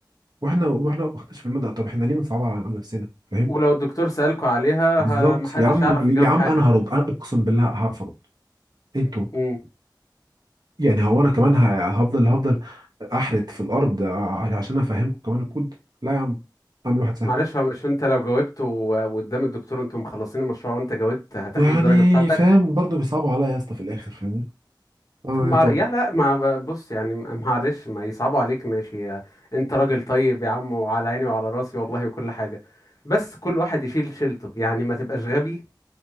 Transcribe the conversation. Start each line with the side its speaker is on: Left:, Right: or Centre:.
Right: واحنا واحنا ما خدناش في الماده طب احنا ليه بنصعبها على نفسنا فاهم
Left: ولو الدكتور سألكوا عليها
Right: بالظبط
Left: ه- محدش
Right: يا عم
Left: هيعرف يجاوب
Right: يا عم
Left: حاجه
Right: انا هرد انا اقسم بالله هعرف ارد انتوا
Left: امم.
Right: يعني هو انا كمان ه- هفضل هفضل احرت في الارض ع- عشان افهمكم كمان الكود لا يا عم اعمل واحد سهل
Left: معلش هو مش انت لو جاوبت و- وقدام الدكتور انتوا مخلصين المشروع وانت جاوبت هتاخد
Right: يعني
Left: الدرجة بتاعتك
Right: فاهم برضو بيصعبوا عليا يا اسطى في الاخر فاهمني اعمل
Left: طب ما
Right: ايه طب
Left: يا لا ما بص يعني معلش ما يصعبوا عليك ماشي انت راجل طيب يا عم وعلى عيني وعلى راسي والله وكل حاجة بس كل واحد يشيل شيلته يعني ما تبقاش غبي